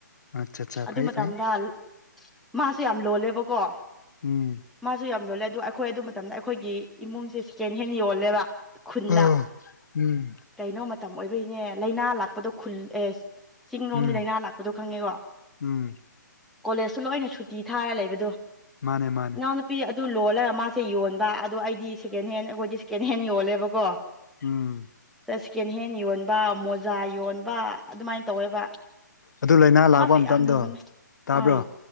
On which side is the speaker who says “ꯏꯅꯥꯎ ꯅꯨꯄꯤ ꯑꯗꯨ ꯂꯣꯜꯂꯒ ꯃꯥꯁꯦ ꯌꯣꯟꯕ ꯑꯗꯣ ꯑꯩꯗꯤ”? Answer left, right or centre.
Centre